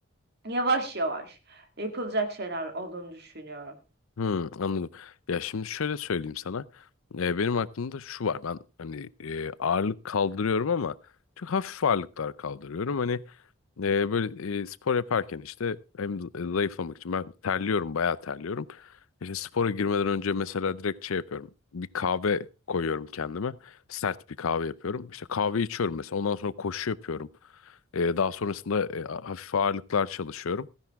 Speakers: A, on the right; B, on the left.
A: yavaş yavaş yapılacak şeyler olduğunu düşünüyorum.
B: Hı, anladım. Ya şimdi şöyle söyleyeyim sana. Ee, benim aklımda şu var. Ben hani e, ağırlık kaldırıyorum ama çok hafif ağırlıklar kaldırıyorum. Hani e, böyle e, spor yaparken işte hem zayıflamak için ben terliyorum, bayağı terliyorum. İşte spora girmeden önce mesela direkt şey yapıyorum. Bir kahve koyuyorum kendime. Sert bir kahve yapıyorum. İşte kahve içiyorum mesela. Ondan sonra koşu yapıyorum. E, daha sonrasında e, hafif ağırlıklar çalışıyorum.